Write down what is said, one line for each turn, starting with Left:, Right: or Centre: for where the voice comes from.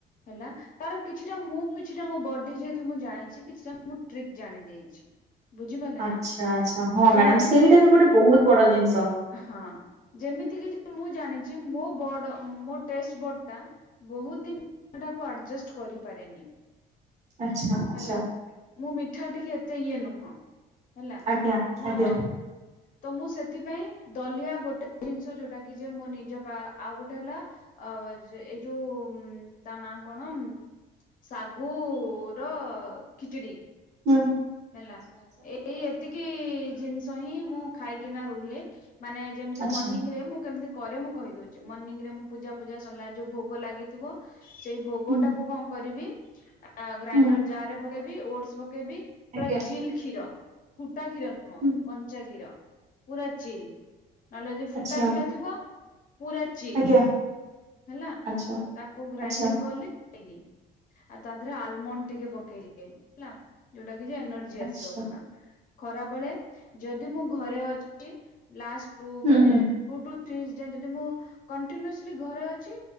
Left: ହେଲା। ତାର କିଛିଟା ମୁଁ କିଛିଟା ମୋ ବଡ଼ି ଯେହେତୁ ମୁଁ ଜାଣିଛି କିଛିଟା ମୁଁ ଟ୍ରିକ୍ ଜାଣି ଦେଇଛି। ବୁଝିପାରିଲେ
Right: ଆଚ୍ଛା
Left: ନା
Right: ଆଚ୍ଛା ହଁ
Left: ଯେମିତି
Right: ମ୍ୟାଡାମ ସେଇଟା
Left: କିି ଯେ
Right: ବି ଗୋଟେ ବହୁତ ବଡ଼ ଜିନିଷ।
Left: ହଁ ଯେମିତି କି ଯେ ମୁଁ ଜାଣିଛି ମୋ ବଡ଼ ମୋ ଟେଷ୍ଟବୋର୍ଡ଼ ଟା ବହୁତ ଦିନ ତାକୁ ଆଡଜଷ୍ଟ କରିପାରେନି।
Right: ଆଚ୍ଛା, ଆଚ୍ଛା।
Left: ହେଲା ମୁଁ ମିଠା ଟିକେ ଏତେ ଇଏ ନୁହଁ ହେଲା
Right: ଆଜ୍ଞା
Left: ମୋ
Right: ଆଜ୍ଞା
Left: ତ ମୁଁ ସେଥିପାଇଁ ଦଲିଆ ଗୋଟେ ଜିନିଷ ଯୋଉଟା କି ଯେ ମୋ ନିଜ ଆଉ ଗୋଟେ ହେଲା ଅ ଏଇ ଯୋଉ ତା ନାଁ କଣ? ଶାଗୁ ର ଖିଚୁଡି।
Right: ହୁଁ, ହୁଁ।
Left: ହେଲା ଏଇ ଏତିକି ଜିନିଷ ମୁଁ ଖାଇକିନା ରୁହେ ମାନେ ଯେମିତି
Right: ଆଚ୍ଛା
Left: ମୁଁ ମଣିଂରେ ମୁଁ କେମ୍ କରେ ମୁଁ କହିଦଉଛି ମର୍ଣ୍ଣିିଂ ରେ ମୁଁ ପୂଜା ପୂଜା ସରିଲା ଯୋଉ ଭୋଗ ଲାଗିଥିବ। ସେଇ ଭୋଗ
Right: ହୁଁ
Left: ଟାକୁ କଣ କରିବି ଗ୍ରାଇଣ୍ଡର
Right: ହୁଁ
Left: ଯାରେ ପ ପଳେଇବି ଓଡସ ପଳେଇବି
Right: ଆଜ୍ଞା
Left: ପୁରା ଚିଲ କ୍ଷୀର ଫୁଟା କ୍ଷୀର ନୁହଁ କଂ
Right: ହୁଁ
Left: କଞ୍ଚାକ୍ଷୀର ପୁରା ଚିଲ୍ ନହେଲେ ଯଦି ଫୁଟା
Right: ଆଚ୍ଛା
Left: କ୍ଷୀର ଥିବ ପୁରା ଚିଲ୍
Right: ଆଜ୍ଞା
Left: ହେଲା
Right: ଆଚ୍ଛା
Left: ତାକୁ ଗ୍ରାଇଡିଙ୍ଗ
Right: ଆଚ୍ଛା
Left: କଲି। ପକେଇଲି ଆଉ ତାଦେହରେ ଆଲମଣ୍ଡ ଟିକେ ପକେଇଲି। <inaudible> କିଛି ଏନର୍ଜି
Right: ଆଚ୍ଛା
Left: ଆସିବବ ନା। ଖରାବେଳେ ଯଦି ମୁଁ ଘରେ ଅଛି ଲାଷ୍ଟ ଟୁ
Right: ହୁଁ
Left: ମିନିଟ୍
Right: ହୁଁ
Left: ଟୁ ଟୁ ତ୍ରୀସ୍ ମୁଁ କଣ୍ଟିନିଅସ୍ଲି ଘରେ ଅଛି।